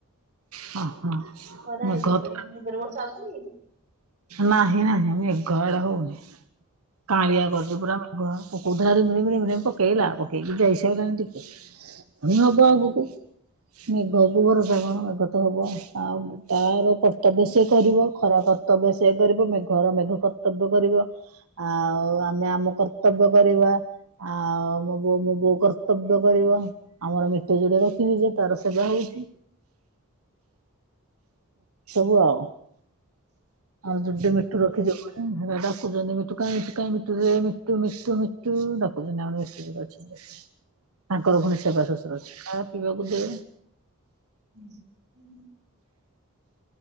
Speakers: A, on the right; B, on the right.
A: ହଁ ହଁ।
B: ଖରା ହେଇଯାଇ
A: ମେଘ
B: ପାରେ
A: ତ
B: ହେ ଯୋରେ ବର୍ଷା ହଉଛି କି?
A: ନାହିଁ ନାହିଁ ମେଘ ଏଆଡେ ହଉନି କାଆଳିଆ କରିଛି ପରା ଗୁହାଳ ପକୋଉ ଥିଲା ମିଳିମିଳି ପକେଇଲା ପକେଇକି ଯାଇଇସାରିଲାଣି ଟିକେ ପୁଣି ହବ ଆଗକୁ। ମେଘବୁ ଭରସା କଣ ମେଘ ତ ହବ ଆଉ ତାର କର୍ତ୍ତବ୍ୟ ସିଏ କରିବ ଖରାକ୍ କର୍ତ୍ତବ୍ୟ ସେ କରିବ ମେ ଘର ମେଘ କର୍ତ୍ତବ୍ୟ କରିବ। ଆଉ ଆମେ ଆମ କର୍ତ୍ତବ୍ୟ କରିବା। ଆଉ ମୋ ବୋଉ ମୋ ବୋଉ କର୍ତ୍ତବ୍ୟ କରିବ। ଆମର ମିଟୁ ଯୋଡିଏ ରଖିଚୁ ଯେ ତାର ସେବା ହଉଛି। ସବୁ ଆଉ ଆମେ ଜୁଡେ ମିଟୁ ରଖିଚୁ ଘରେ। ଡାକୁଚନ୍ତି ମିଟୁ କାଇଁ ମିଟୁ କାଇଁ ମିଟୁରେ ମିଟୁ ମିଟୁ ମିଟୁ ଡାକୁଛନ୍ତି ଆ ମିଟିରେ ଅଛନ୍ତି। ତାଙ୍କର ପୁଣି ସେବା ଶୁଶୁରା ଅଛି ଖାଆ ପିଇବାକୁ ଦେ।
B: ହୁଁ ଉଁ।